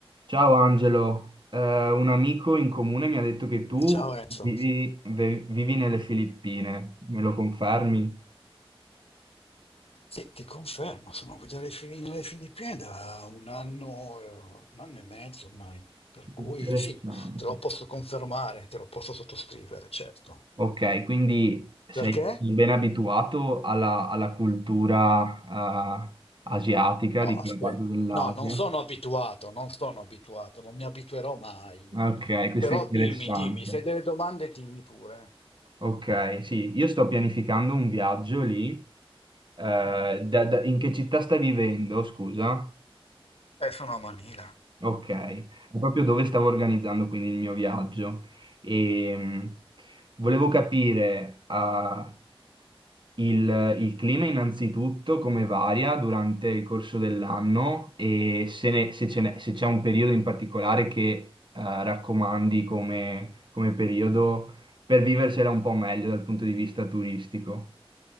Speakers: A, on the right; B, on the left.
A: Ciao Angelo, Eh, un amico in comune mi ha detto che tu
B: Ciao Enzo.
A: vivi, ve- vivi nelle Filippine, me lo confermi?
B: Sì, ti confermo, sono qui dalle, Fili- nelle Filippine da un anno, eh, un anno e mezzo ormai, per cui
A: Interessante.
B: sì, te lo posso confermare, te lo posso sottoscrivere, certo.
A: Ok, quindi sei,
B: Perché?
A: sei ben abituato alla, alla cultura, eh, asiatica
B: No,
A: di quella
B: aspetta,
A: parte dell'Asia.
B: no, non sono abituato, non sono abituato, non mi abituerò mai.
A: Ok, questo
B: Però
A: è interessante.
B: dimmi, dimmi, se hai delle domande, dimmi pure.
A: Ok, sì, io sto pianificando un viaggio lì. Eh, da- da- in che città stai vivendo, scusa?
B: Eh, sono a Manila.
A: Ok, è proprio dove stavo organizzando quindi il mio viaggio e mh, volevo capire ah, il, il clima innanzitutto come varia durante il corso dell'anno e se, ne- se ce n'è- se c'è un periodo in particolare che eh, raccomandi come, come periodo per viversela un po' meglio dal punto di vista turistico.